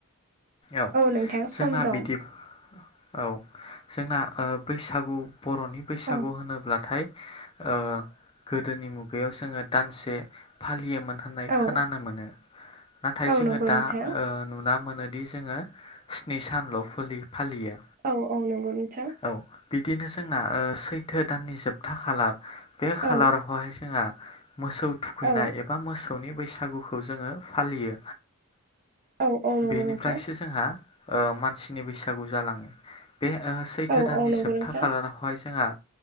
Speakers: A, on the left; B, on the right.
A: औ
B: नोंथां
A: जोंना
B: सम दं
A: बिदि औ जोंना ओ बैसागु बर'नि बैसागु
B: औ
A: होनोब्लाथाय ओ गोदोनि मुगायाव जोङो दानसे फालियोमोन। होननाय
B: औ
A: खोनानो मोनो नाथाय
B: औ
A: जोङो
B: नंगौ
A: दा
B: नोंथां
A: ओ नुना मोनो दि जोङो स्नि सानल' फो फालियो।
B: औ औ नोंगौ नोंथां।
A: औ बिदिनो जोंना सैथो दाननि जोबथा खालार बे खालारावहाय
B: औ
A: जोंहा मोसौ थुखैनाय
B: औ
A: एबा मोसौनि बैसागुखौ जोङो फालियो।
B: औ औ नंगौ
A: बेनिफ्रायसो
B: नोंथां
A: जोंहा ओ मानसिनि बैसागु जालाङो। बे सैथो
B: औ
A: दाननि
B: औ नंगौ
A: जोबथा
B: नोंथां
A: खालारावहाय जोंहा